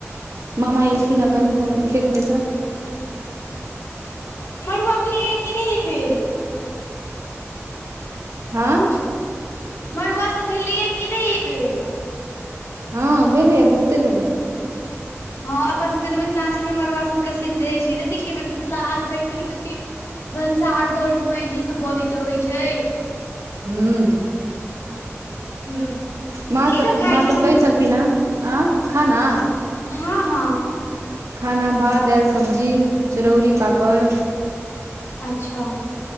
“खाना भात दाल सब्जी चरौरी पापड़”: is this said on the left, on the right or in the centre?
Right